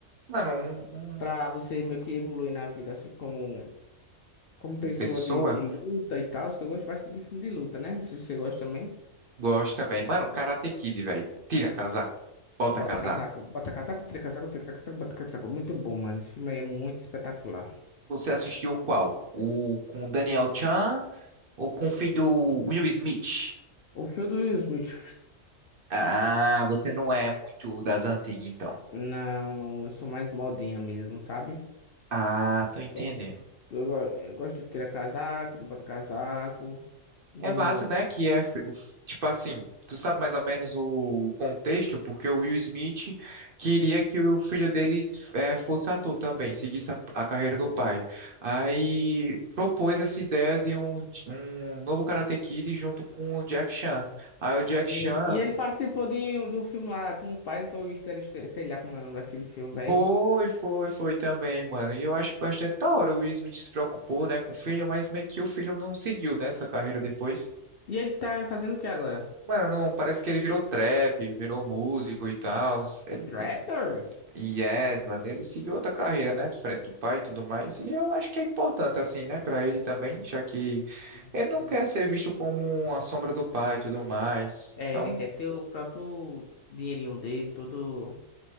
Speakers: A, on the right; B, on the left.
A: Mano, um, um-
B: pra você meio que evoluir na vida, assim, como, como pessoa
A: uma pessoa
B: de, de luta e tal, que eu gosto bastante de filme de luta, né? Se você gosta também.
A: gosta também. Mano, Karate Kid, velho, tira casaco, bota
B: Bota
A: casaco.
B: casaco, bota casaco, tira casaco, tira casaco, bota casaco. Muito bom, mano. Esse filme aí é muito espetacular.
A: Você assistiu qual? O com o Daniel Chan ou com o filho do Will Smith?
B: O filme do Will Smith.
A: Ah, você não é muito das antigas, então.
B: Não, não, eu sou mais modinha mesmo, sabe?
A: Ah, tô entendendo.
B: Gosto, eu, go- eu gosto de tirar casaco, do bota casaco, do.
A: É massa, né? Que é, tipo assim, tu sabe mais ou menos o contexto, porque o Will Smith queria que o filho dele eh, fosse ator também, seguisse a, a carreira do pai. Aí propôs essa ideia de um, um novo Karate Kid junto com o Jack Chan. Aí o
B: Sim,
A: Jack Chan
B: e ele participou de, do filme lá com o pai, não foi o Easter, Easter- sei lá como é o nome daquele filme, velho.
A: foi, foi, foi também, mano. E eu acho bastante da hora. O Will Smith se preocupou, né, com o filho, mas meio que o filho não seguiu, nessa carreira depois.
B: E ele tá fazendo o que agora?
A: Mano, não, parece que ele virou trap, virou músico e tal. Ele,
B: Trapper?
A: Yes, mano, ele seguiu outra carreira, né? Diferente do pai e tudo mais. E eu acho que é importante, assim, né, pra ele também, já que
B: Sim, sim.
A: ele não quer ser visto como a sombra do pai e tudo mais.
B: É,
A: Então,
B: ele quer ter o próprio dinheirinho dele, todo.